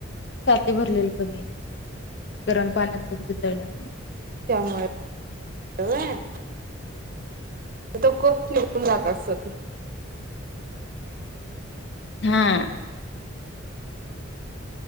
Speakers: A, on the left (about 60°); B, on the right (about 45°).
A: छाती भरलेले कमी येते. गरम पाण्यात तुप वितळल्यामुळे.
B: त्यामुळे व्हय? तो कप निघून जात असल.
A: हा.